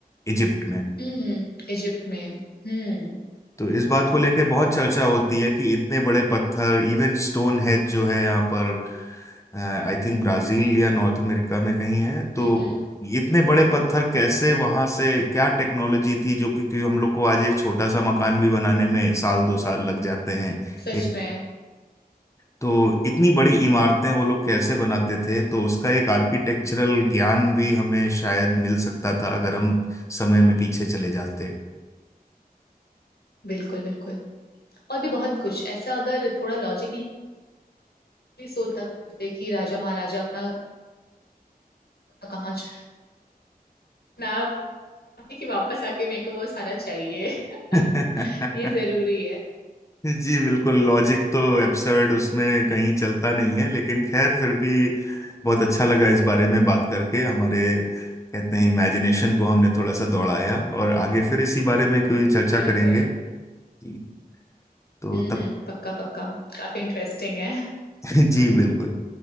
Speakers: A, on the left; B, on the left.
A: इजिप्ट में
B: हम्म इजिप्ट में हम्म
A: तो इस बात को लेकर बहुत चर्चा होती है कि इतने बड़े पत्थर इवन स्टोन हेड जो है यहाँ पर आई थिंक ब्राजील या नॉर्थ अमेरिका में कहीं है तो
B: हम्म
A: इतने बड़े पत्थर कैसे वहां से क्या टेक्नोलॉजी थी जो कि, कि हम लोग को आज एक छोटा सा मकान भी बनाने में साल दो साल लग जाते हैं
B: सच
A: एक
B: में
A: तो इतनी बड़ी इमारतें वो लोग कैसे बनाते थे तो उसका एक आर्किटेक्चरल ज्ञान भी हमें शायद मिल सकता था अगर हम समय में पीछे चले जाते
B: बिल्कुल बिल्कुल और भी बहुत कुछ ऐसा अगर थोड़ा लॉजिकली सोचा करते कि राजा महाराजा अपना कहाँ छ- मैं आपकी कि वापस आके मेरे को वो सारा चाहिए <laughs>
A: <laughs>
B: ये जरूरी है
A: जी बिल्कुल लॉजिक तो एब्सर्ड उसमें कहीं चलता नहीं है लेकिन खैर फिर भी बहुत अच्छा लगा इस बारे में बात करके हमारे कहते हैं इमेजिनेशन को हमने थोड़ा सा दौड़ाया और आगे फिर इसी बारे में कोई चर्चा करेंगे
B: बिल्कुल
A: जी। तो
B: हम्म
A: तब
B: हम्म पक्का पक्का काफी इंटरेस्टिंग है
A: <laughs> जी बिल्कुल